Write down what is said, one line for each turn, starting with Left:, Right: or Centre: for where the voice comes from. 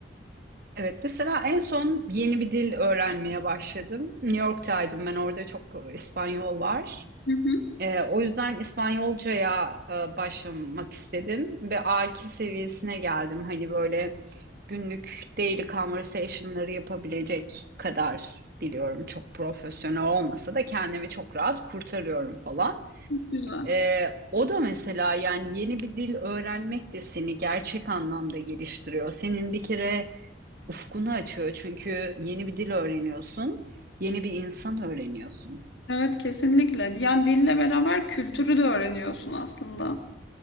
Right: Evet, mesela en son yeni bir dil öğrenmeye başladım. New York'taydım ben, orada çok e, İspanyol var.
Left: Hı hı.
Right: Ee, o yüzden İspanyolcaya e, başlamak istedim ve A2 seviyesine geldim. Hani böyle günlük daily conversation'ları yapabilecek kadar biliyorum. Çok profesyonel olmasa da kendimi çok rahat kurtarıyorum falan.
Left: Güzel.
Right: Ee, o da mesela yani yeni bir dil öğrenmek de seni gerçek anlamda geliştiriyor. Senin bir kere ufkunu açıyor çünkü yeni bir dil öğreniyorsun, yeni bir insan öğreniyorsun.
Left: Evet kesinlikle. Yani dille beraber kültürü de öğreniyorsun aslında.